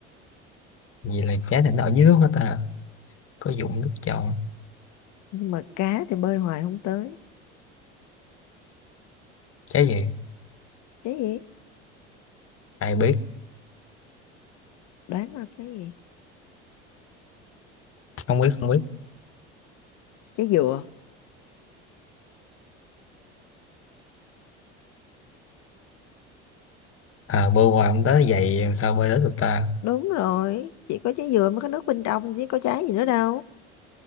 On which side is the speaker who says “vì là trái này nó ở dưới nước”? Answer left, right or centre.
Left